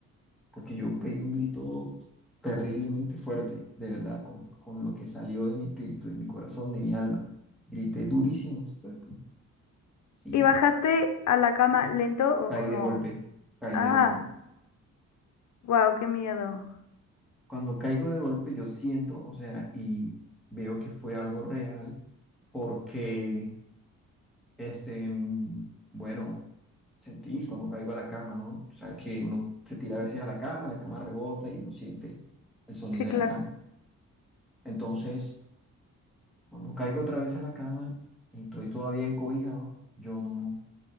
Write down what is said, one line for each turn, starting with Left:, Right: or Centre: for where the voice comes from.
Centre: porque yo pegué un grito terriblemente fuerte, de verdad, con, con lo que salió de mi espíritu, de mi corazón, de mi alma. Grité durísimo, fue- sí,
Left: ¿Y bajaste a la cama
Centre: y
Left: lento o
Centre: caí
Left: como,
Centre: de golpe, caí
Left: ah,
Centre: de golpe.
Left: wow, qué miedo?
Centre: Cuando caigo de golpe, yo siento, o sea, y veo que fue algo real, porque, este, mm, bueno. sentí cuando caigo a la cama, ¿no? O sea, que uno se tira a veces a la cama, la cama rebota y uno siente el sonido
Left: Sí,
Centre: de
Left: claro.
Centre: la cama. Entonces, cuando caigo otra vez a la cama y estoy todavía encobijado, yo no